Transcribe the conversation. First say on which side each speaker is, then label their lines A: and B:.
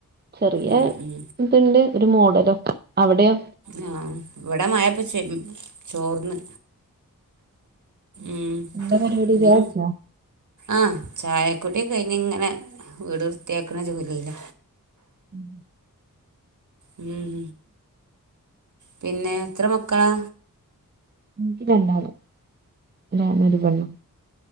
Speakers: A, on the right (about 30°); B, on the right (about 60°).
A: ചെറിയ
B: ഉം
A: ഇത്ണ്ട് ഒരു മുഡലോക്ക അവിടെയോ
B: ആഹ് ഇവിടെ മഴ പ ചെ ചോർന്ന് ഉം
A: എന്താ പരിപാടി
B: ഇനി
A: ചായ കുടിച്ചോ
B: ആഹ് ചായക്കുടിയൊക്കെഴിഞ്ഞ് ഇങ്ങനെ വീട് വൃത്തിയാക്ണ ജോലിയില
A: ഉം
B: ഉം പിന്നെ എത്ര മക്കളാ
A: എനിക്ക് രണ്ടാള് ഒരാണും ഒരുപെണ്ണം